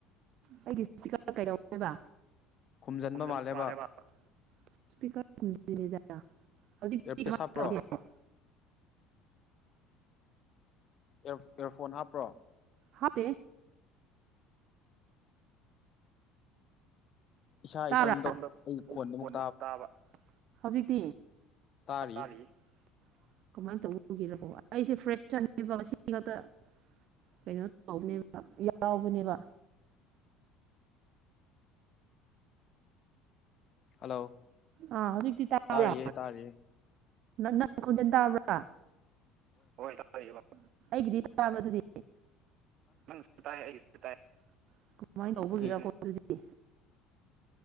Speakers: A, on the right; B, on the left.
A: ꯑꯩꯒꯤ ꯁꯄꯤꯀꯔ ꯀꯩꯗꯧꯅꯦꯕ
B: ꯈꯨꯝꯖꯤꯟꯕ
A: ꯈꯨꯝꯖꯟꯕ
B: ꯃꯥꯜꯂꯦꯕ
A: ꯃꯜꯂꯦꯕꯥ ꯁꯄꯤꯀꯔ ꯈꯨꯝꯖꯟ ꯗꯦꯗꯥ ꯋꯥ
B: ꯏꯌꯥꯔꯄꯤꯁ ꯍꯥꯞꯄ꯭ꯔꯣ ꯏꯔ ꯏꯔꯐꯣꯟ ꯍꯥꯞꯄ꯭ꯔꯣ
A: ꯍꯞꯇꯦ
B: ꯏꯁꯥ
A: ꯇꯥꯕꯔꯥ
B: ꯏꯇꯣꯝꯗ
A: <unintelligible> ꯑꯩ
B: ꯈꯣꯟꯗ ꯑꯃꯨꯛ
A: ꯀꯣꯟ ꯇꯥꯕ ꯍꯧꯖꯤꯛ ꯇꯤ
B: ꯇꯥꯔꯤꯌꯦ
A: ꯇꯔꯤꯌꯦ ꯀꯃꯥꯏꯅ ꯇꯧꯕꯒꯤꯔꯣ ꯑꯩꯁꯦ ꯐ꯭ꯔꯦꯁꯔꯅꯦꯕ ꯉꯁꯤ ꯈꯛꯇ ꯀꯩꯅꯣ ꯇꯧꯕꯅꯦꯕ ꯌꯥꯎꯕꯅꯦꯕ
B: ꯍꯜꯂꯣ
A: ꯑꯥ ꯍꯧꯖꯤꯛꯇꯤ ꯇꯥꯕ꯭ꯔ
B: ꯇꯥꯔꯤꯌꯦ ꯇꯥꯔꯤꯌꯦ
A: ꯅꯪ ꯈꯣꯟꯖꯦꯜ ꯇꯥꯕ꯭ꯔꯥ ꯍꯣꯏ ꯇꯔꯤꯌꯦꯕꯥ ꯑꯩꯒꯤꯗꯤ ꯇꯥꯕꯔꯥ ꯑꯗꯨꯗꯤ ꯅꯪꯁꯨ ꯇꯥꯏ ꯑꯩꯒꯤꯁꯨ ꯇꯥꯏ ꯀꯃꯥꯏꯅ ꯇꯧꯕꯒꯤꯔꯣ
B: ꯑꯗꯨ
A: ꯑꯗꯨꯗꯤ